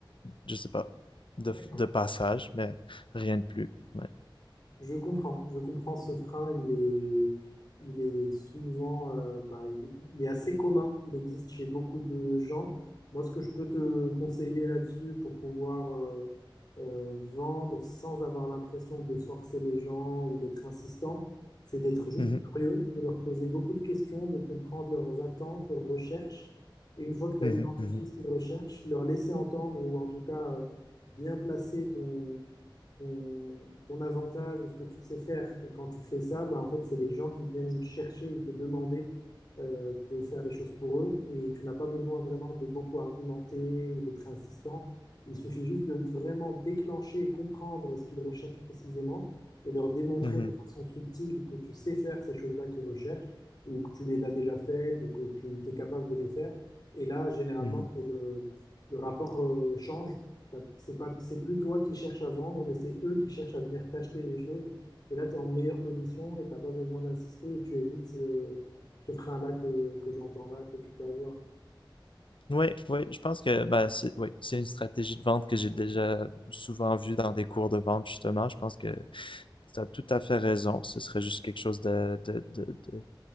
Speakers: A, on the left; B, on the left.
A: je sais pas, de,
B: D'accord.
A: de passage, mais rien de plus. Ouais.
B: Je comprends, je comprends ce frein, il est, il est souvent, euh, bah, il est, il est assez commun, il existe chez beaucoup de gens. Moi, ce que je peux te conseiller là-dessus pour pouvoir euh, euh, vendre sans avoir l'impression de forcer les gens ou d'être insistant, c'est d'être juste
A: Mhm,
B: curieux, de leur poser beaucoup de questions, de comprendre leurs attentes, leurs recherches. Et une fois que tu
A: mhm,
B: as identifié
A: mhm,
B: ce qu'ils recherchent, leur laisser entendre ou en tout cas euh, bien placer ton ton, ton avantage ou ce que tu sais faire. Et quand tu fais ça, bah, en fait, c'est les gens qui viennent chercher ou te demander euh, de faire les choses pour eux. Et tu n'as pas besoin vraiment de beaucoup argumenter ou d'être insistant. Il suffit juste de vraiment déclencher et comprendre ce qu'ils recherchent précisément et leur démontrer
A: mhm,
B: de façon subtile que tu sais faire ces choses-là qu'ils recherchent ou que tu les as déjà faites ou que tu es capable de les faire. Et là, généralement,
A: mhm.
B: c'est le, le rapport euh, change T'as- C'est pas, c'est plus toi qui cherches à vendre, mais c'est eux qui cherchent à venir t'acheter les choses. Et là, tu es en meilleure position et t'as pas besoin d'insister et tu évites ce, ce frein-là que, que j'entends là, que tu peux avoir.
A: Oui, oui, je pense que bah, c'est oui, c'est une stratégie de vente que j'ai déjà souvent vue dans des cours de vente, justement. Je pense que Tu as tout à fait raison. Ce serait juste quelque chose de, de- de- de-